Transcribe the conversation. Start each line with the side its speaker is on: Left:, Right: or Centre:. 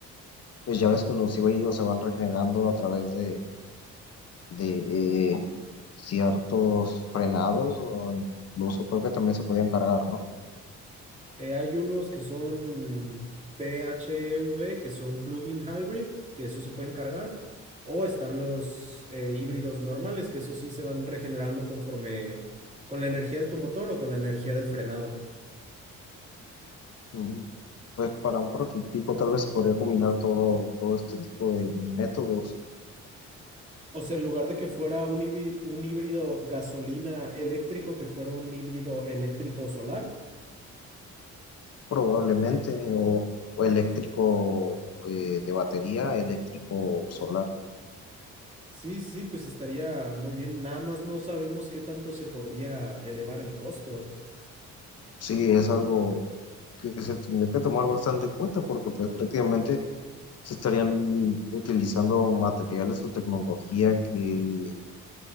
Left: pues ya ves que los híbridos se van regenerando a través de de eh, ciertos frenados o incluso creo que también se podían cargar, ¿no?
Right: Eh, hay unos que son PHEV, que son plug-in hybrid, que eso se pueden cargar, o están los eh, híbridos normales, que eso sí se van regenerando conforme con la energía de tu motor o con la energía del frenado.
Left: Mm, Pues para un prototipo tal vez se podría combinar todo, todo este tipo de métodos,
Right: O sea, en lugar de que fuera un híbrido, un híbrido gasolina eléctrico, que fuera un híbrido eléctrico solar.
Left: probablemente, o, o eléctrico eh, de batería, eléctrico solar.
Right: Sí, sí, sí, pues estaría muy bien. Nada más no sabemos qué tanto se podría elevar el costo.
Left: Sí, es algo que se tendría que tomar bastante en cuenta porque pues prácticamente se estarían utilizando materiales o tecnología que